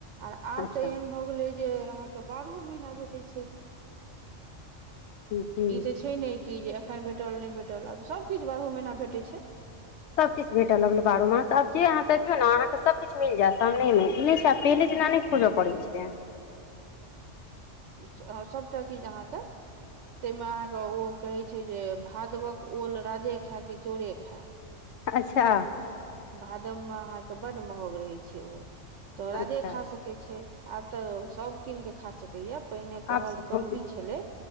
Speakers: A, on the right; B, on the left.
A: आब
B: अच्छा
A: तऽ एहन भए गेले जे अहाँके बारहो महीना भेटै छै ई
B: जी
A: तऽ छै ने कि जे एखन भेटल नहि भेटल आब सभकिछु बारहो महीना भेटैत छै
B: सभकिछु भेटय लगलै बारहो मास आब जे अहाँ त देखियौ ने अहाँके सभकिछु मिल जायत सामने ई मे ऐना नय छोरअ परय छै
A: हुँ सभटा चीज अहाँकेँ ताहिमे अहाँके ओ कहैत छै जे भादवक ओल राजे खाय कि चोरे खाय
B: अच्छा
A: भादव मे अहाँके बड महग रहै छै ओल तऽ राजे
B: अच्छा
A: खा सकैत छै आब तऽ सभ कीन कऽ खा सकैए पहिने कहल
B: आब
A: कहबी छलै